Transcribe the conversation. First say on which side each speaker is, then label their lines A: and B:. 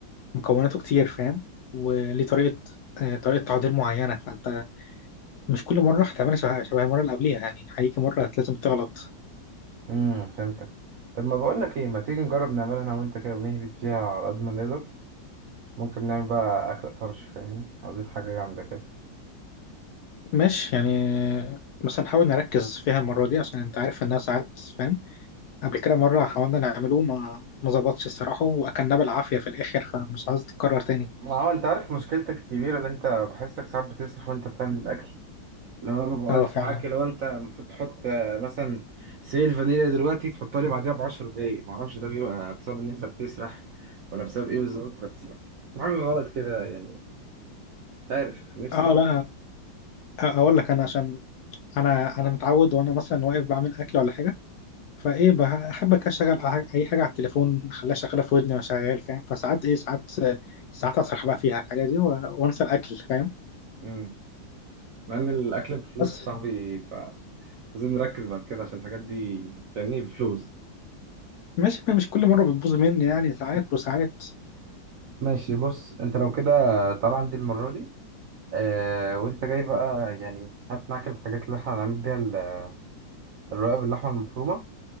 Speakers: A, on the left; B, on the right.
A: مكوناته كتير فاهم وليه طريقه آه، طريقه تعضير معينه فانت مش كل مره هتعملها شبه شبه المره اللي قبليها يعني هيجي مره لازم تغلط
B: امم فهمتك طب ما بقولك إيه ما تيجي نجرب نعملها أنا وأنت كده ونهبط فيها على قد ما نقدر ممكن نعمل بقى أكلة طرش فاهمني عاوزين حاجة جامدة كده
A: ماشي يعني بس نحاول نركز فيها المرة دي عشان انت عارف انها ساعات فاهم قبل كده مرة حاولنا نعمله ما ما ظبطش الصراحة واكلناه بالعافية في الاخر فمش عايز تتكرر تاني
B: ما هو أنت عارف مشكلتك الكبيرة اللي أنت بحسك ساعات بتسرح وأنت بتعمل الأكل لو انا ببقى واقف
A: اه فعلا
B: معاك لو انت المفروض تحط آه، مثلا سيل فانيليا دلوقتي تحطها لي بعديها ب 10 دقايق معرفش ده بيبقى بسبب ان انت بتسرح ولا بسبب ايه بالظبط بس في حاجه غلط كده يعني مش عارف نفسي
A: اه
B: تركز
A: لا آه، اقول لك انا عشان انا انا متعود وانا مثلا واقف بعمل اكل ولا حاجة فايه بحب كده اشغل أح- اي حاجة على التليفون اخليها شغالة في ودني وانا شغال فاهم فساعات ايه ساعات ساعات اسرح بقى فيها الحاجة دي و- وانسى الاكل فاهم
B: امم مع ان الاكل بفلوس
A: بس
B: يا صاحبي ف لازم نركز بعد كده عشان الحاجات دي فاهمني بفلوس
A: ماشي مش كل مرة بتبوظ مني يعني ساعات وساعات
B: ماشي بص انت لو كده طالع عندي المرة دي آه وانت جاي بقى يعني هات معاك الحاجات اللي احنا هنعمل بيها ال- الرقاب باللحمة المفرومة